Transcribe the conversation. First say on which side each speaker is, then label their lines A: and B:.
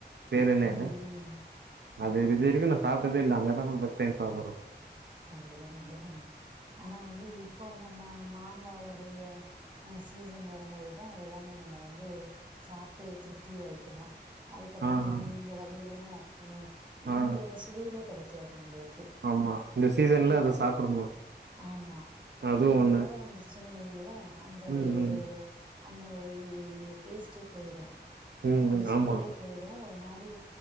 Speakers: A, on the right; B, on the right.
A: பேர் என்னங்க
B: ம் ம்
A: அது <unintelligible> இது வரிக்கு நா சாப்ட்டதே இல்ல அங்கதா ப பஸ்ட் டைம் சாப்புற்றோ
B: கண்டிப்பா கண்டிப்பா ஆனா வந்து இப்ப இந்த மா மாங்காவோடைய அ சீசன் வரும்போதுதா அதெல்லாமே நம்ம வந்து சாப்ட்டு திருப்தியாக்கிணு அதுக்கப்புறோ
A: ஆ
B: இது
A: ஆ
B: இந்த வகை இல்லையா <unintelligible>
A: ஆ
B: இந்த சுவையில கெடைக் <unintelligible>
A: ஆமா இந்த சீசன்ல
B: ஏன்ன
A: அத சாப்ட்றணு
B: ஆமா
A: அதுவு
B: ஏன்னா அது
A: ஒண்ணு
B: மழை வந்துருச்சுன்னு வையுங்களே அந்தனுடைய
A: ம் ம்
B: அந்த <unintelligible> டேஸ்ட்டே போயிடு
A: ம் ம்
B: அந்த சுவையே
A: ஆமா
B: போயிடு ஒரு மா ரி